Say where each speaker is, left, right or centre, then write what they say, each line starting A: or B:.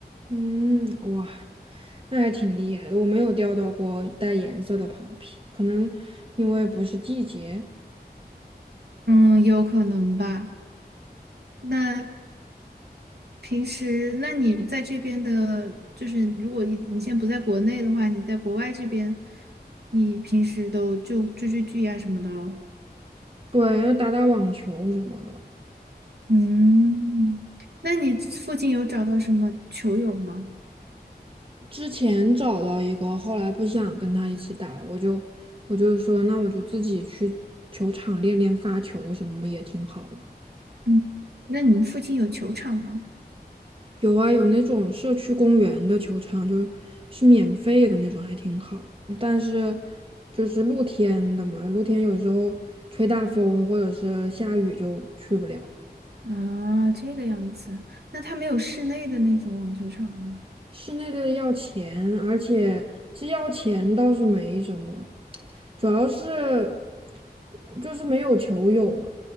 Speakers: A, on the right; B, on the right.
A: 嗯，哇。那还挺厉害的，我没有钓到过带颜色的螃蟹，可能因为不是季节。
B: 嗯，有可能吧。那平时，那你在这边的，就是如果你你现在不在国内的话，你在国外这边，你平时都就追追剧呀、什么的咯。
A: 对，要打打网球什么的。
B: 嗯，那你附近有找到什么球友吗？
A: 之前找到一个，后来不想跟他一起打了，我就我就说，那我就自己去球场练练发球什么也挺好的。
B: 嗯，那你们附近有球场吗？
A: 有啊，有那种社区公园的球场，就是是免费的那种，还挺好。但是就是露天的嘛，露天有时候吹大风或者是下雨就去不了。
B: 啊，这个样子，那它没有室内的那种网球场吗？
A: 室内的要钱，而且其实要钱倒是没什么，主要是就是没有球友嘛。